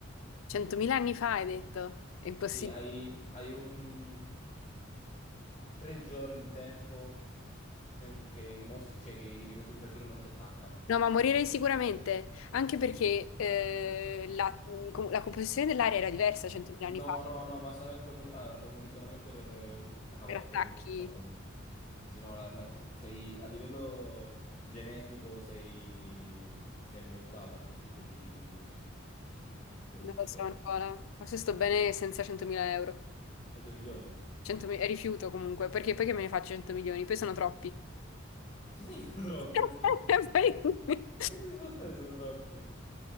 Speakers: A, on the left; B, on the left.
A: Centomila anni fa hai detto, è impossibile.
B: Sì, hai, hai un tre giorni di tempo sen- che i mostri, cioè che i- le cose- creature non ti attaccano.
A: No, ma morirei sicuramente, anche perché eh, la, la composizione dell'aria era diversa centomila
B: No,
A: anni fa,
B: no, no, ma solamente puoi morire. Allora, puoi morire solamente per eh, se ti attacca
A: per
B: qualche
A: attacchi,
B: dinosauro. Sì, sì, no, la- la- sei a livello genetico sei, sei ambientato a quel tipo di, di atmosfera.
A: non lo so Nicola, forse sto bene senza 100.000 euro,
B: 100 milioni?
A: 100.000 e rifiuto comunque, perché poi che me ne faccio 100 milioni, poi sono troppi.
B: Ma che significa <laughs> troppi?
A: <laughs>
B: Non c'è-
A: Poi-
B: Ma che discorsi sono troppi?